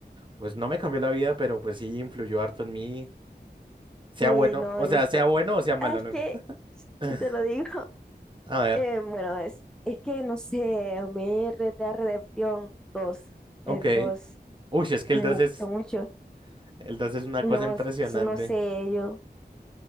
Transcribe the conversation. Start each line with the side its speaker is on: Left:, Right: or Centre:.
Right: pues no me cambió la vida, pero pues sí influyó harto en mí, sea
Centre: Uy,
Right: bueno,
Centre: no,
Right: o
Centre: yo
Right: sea,
Centre: soy.
Right: sea bueno o sea malo,
Centre: Ah, es
Right: ¿no?
Centre: que,
Right: <laughs>
Centre: si te lo digo.
Right: A ver,
Centre: Eh, bueno, es, es que no sé, a mí Red Dead Redemption dos
Right: ok.
Centre: el dos
Right: Uy, es que el
Centre: me
Right: dos
Centre: gustó
Right: es,
Centre: mucho.
Right: el 2 es una
Centre: No,
Right: cosa impresionante.
Centre: s- no sé, yo,